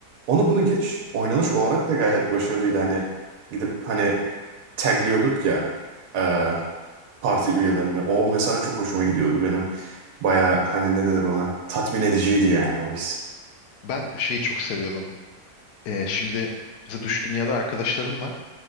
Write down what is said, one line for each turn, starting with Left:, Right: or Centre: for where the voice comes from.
Right: onu bunu geç. Oynanış olarak da gayet başarılıydı. Hani gidip hani tagliyorduk ya e, parti üyelerini. O mesela çok hoşuma gidiyordu benim. Bayağı
Left: evet.
Right: hani ne denir ona? Tatmin ediciydi yani o his.
Left: Ben şeyi çok seviyordum. E, şimdi mesela dış dünyada arkadaşların var.